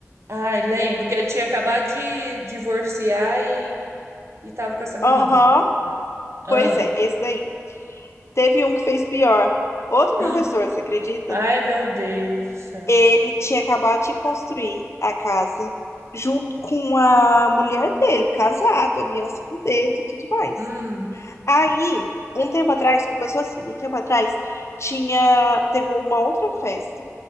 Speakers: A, on the right; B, on the left.
A: ai, lembro que ele tinha acabado de divorciar e, e tava com essa menina.
B: Aham,
A: Ah,
B: pois é, esse daí. Teve um que fez pior. Outro
A: <gasps>
B: professor, você acredita?
A: ai, meu Deus do céu.
B: Ele tinha acabado de construir a casa junto com a mulher dele, casado, aliança no dedo e tudo mais.
A: Hum,
B: Aí, um tempo atrás, começou assim, um tempo atrás, tinha, teve uma outra festa